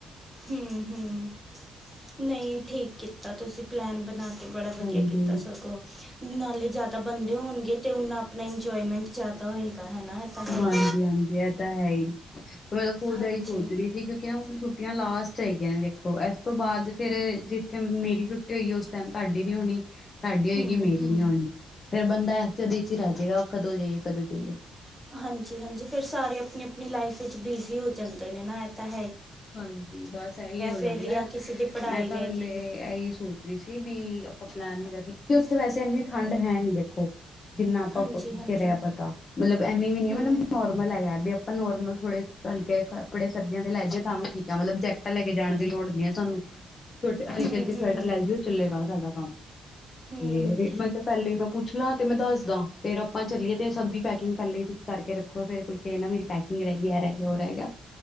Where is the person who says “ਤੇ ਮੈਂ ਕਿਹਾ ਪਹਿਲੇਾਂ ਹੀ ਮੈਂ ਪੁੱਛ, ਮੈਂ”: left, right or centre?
Left